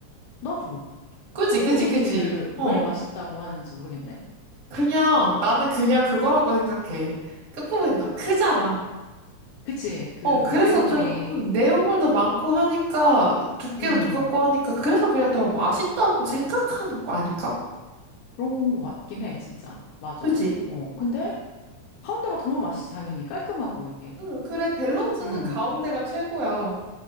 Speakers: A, on the left; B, on the right.
A: 너도.
B: 그지,
A: 호프무늬를
B: 그지, 그지. 어.
A: 왜 맛있다고 하는지 모르겠네.
B: 그냥, 나는 그냥 그거라고 생각해. 끝부분이 다 크잖아.
A: 그치, 그
B: 어, 그래서
A: 내용물이,
B: 좀, 음, 내용물도 많고 하니까, 두께도
A: 음,
B: 두껍고 하니까, 그래서 그냥 더 맛있다고 생각하는 거 아닐까?
A: 그런 것 같긴 해, 진짜. 맞아.
B: 그지?
A: 어, 근데 가운데가 더 맛있지, 당연히. 깔끔하고, 이게.
B: 응, 그래, 밸런스는
A: 음,
B: 가운데가 최고야.